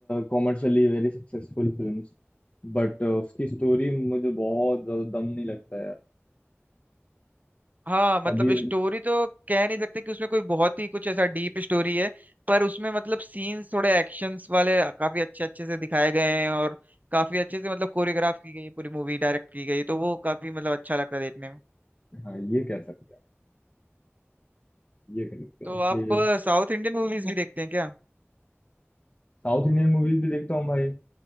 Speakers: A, on the left (about 30°); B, on the right (about 35°).
A: commercially very successful films But उसकी स्टोरी मुझे बहुत ज्यादा दम नहीं लगता है
B: हाँ मतलब
A: कबीर
B: स्टोरी तो कह नहीं सकते कि उसमें कोई बहुत ही कुछ ऐसा डीप स्टोरी है पर उसमें मतलब सीन्स थोड़े एक्शंस वाले काफी अच्छे अच्छे से दिखाए गए हैं और काफी अच्छे से मतलब कोरियोग्राफ की गई है पूरी मूवी डायरेक्ट की गई है, तो वो काफी मतलब अच्छा लगता है देखने में
A: हाँ ये कह सकते हैं ये कह सकते हैं
B: तो
A: इसलिए
B: आप साउथ इंडियन मूवीज भी देखते हैं क्या
A: साउथ इंडियन मूवीज भी देखता हूँ भाई